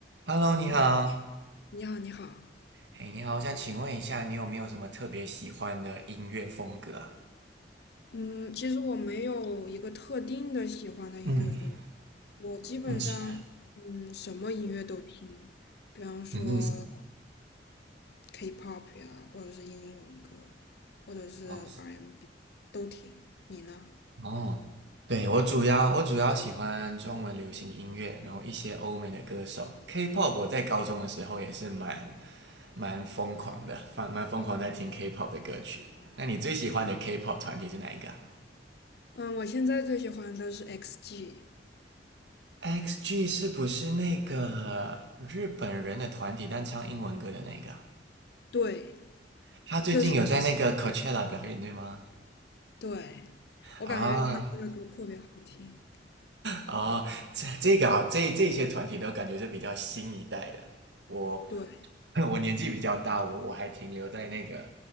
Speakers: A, on the right; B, on the left.
A: Hello，你好。
B: 你你好，你好。
A: 哎，你好，我想请问一下，你有没有什么特别喜欢的音乐风格啊？
B: 嗯，其实我没有一个特定的喜欢的音乐风格，
A: 嗯
B: 我基本上嗯什么音乐都听，
A: 嗯
B: 比方说
A: 嗯
B: K-pop 呀，或者是英文歌，或者是
A: 哦
B: R&B 都听。你呢？
A: 哦，对，我主要我主要喜欢中文流行音乐，然后一些欧美的歌手，K-pop。我在高中的时候也是蛮蛮疯狂的，蛮蛮疯狂在听 K-pop 的歌曲。那你最喜欢的 K-pop 团体是哪一个啊
B: 嗯，我现在最喜欢的是 XG，
A: x g 是不是那个日本人的团体，但唱英文歌的那一个啊
B: 对，
A: 他最近有在那个
B: 就是
A: Coachella 表演，对吗？
B: 对，我感觉他们的歌特别好听，
A: 啊啊，这这个啊，这这些团体都感觉是比较新一代的。我
B: 对，
A: <laughs> 我年纪比较大，我我还停留在那个